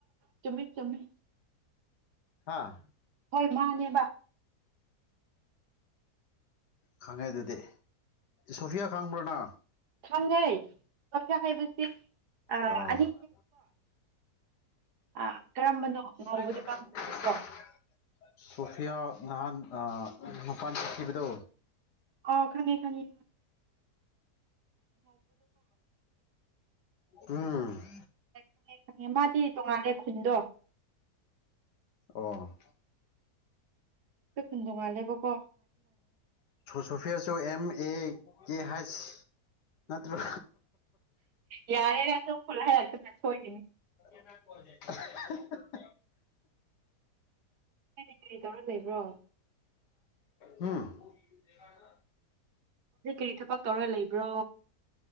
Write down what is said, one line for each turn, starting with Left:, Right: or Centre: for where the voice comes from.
Right: ꯆꯨꯝꯃꯦ ꯆꯨꯝꯃꯦ
Left: ꯍꯥꯥ
Right: ꯍꯣꯏ ꯃꯥꯅꯦꯕ
Left: ꯈꯥꯡꯉꯦ ꯑꯗꯨꯗꯤ ꯁꯣꯐꯤꯌꯥ ꯈꯥꯡꯕ꯭ꯔꯥꯅ
Right: ꯈꯪꯉꯩ ꯀ ꯍꯥꯏꯕꯁꯤ
Left: ꯑꯣ
Right: ꯑꯅꯤ ꯑ ꯀꯔꯝꯕꯅꯣ ꯉꯧꯕꯗꯨꯔꯣ
Left: ꯍ <inaudible>
Right: ꯍꯧꯕꯗꯨꯔꯣ
Left: ꯁꯣꯐꯤꯌꯥ ꯅꯍꯥꯟ ꯃꯄꯥꯟ ꯆꯠꯈꯤꯕꯗꯣ
Right: ꯑꯣ ꯈꯅꯤ ꯈꯅꯤ
Left: ꯎꯝ
Right: ꯍ ꯈꯪꯉꯦ ꯈꯪꯉꯦ ꯃꯥꯗꯤ ꯇꯣꯡꯉꯥꯜꯂꯦ ꯈꯨꯟꯗꯣ
Left: ꯑꯣ
Right: ꯑꯩꯈꫭꯏ ꯈꯨꯟ ꯗꯣꯡꯉꯥꯜꯂꯦꯕꯀꯣ
Left: ꯁꯐꯌꯥꯁꯨ ꯑꯦꯝ ꯑꯦ ꯀꯦ ꯍꯥꯏꯁ ꯅꯠꯇ꯭ꯔꯣ
Right: ꯌꯥꯔꯦꯔ ꯑꯗꯨ ꯐꯣꯂ ꯍꯥꯏꯔꯛꯇꯅ ꯁꯣꯏꯈꯤꯅꯤ
Left: <inaudible>
Right: ꯀꯔꯤ ꯀꯔꯤ ꯇꯧꯔꯒ ꯂꯩꯕ꯭ꯔꯣ
Left: ꯎꯝ ꯗꯒ
Right: ꯑꯩ ꯀꯔꯤ ꯊꯕꯛ ꯇꯧꯔ ꯂꯩꯕ꯭ꯔꯣ